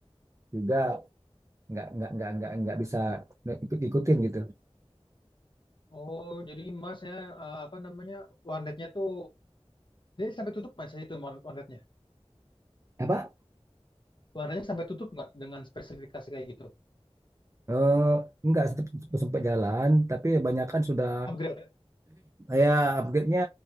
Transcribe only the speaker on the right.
juga nggak nggak nggak nggak nggak bisa ikut ikutin gitu.
Apa?
Eh, nggak sempat sempat jalan, tapi kebanyakan sudah
ya upgrade-nya